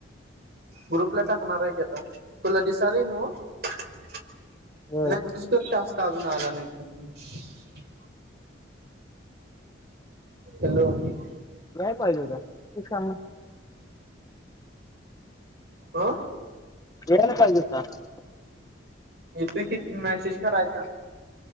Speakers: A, on the right; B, on the left.
A: ग्रुपला टाकणार आहे की आता तुला दिसाल ना हो <unintelligible>
B: होय
A: नाही तु कर शत <inaudible> काजून आला नाही ख हलो <inaudible> <unintelligible>
B: काय पाहिजे होत? तु सांग ना.
A: अ
B: येल काय दिवस <inaudible>
A: येत <inaudible> किती मेसेज करायचा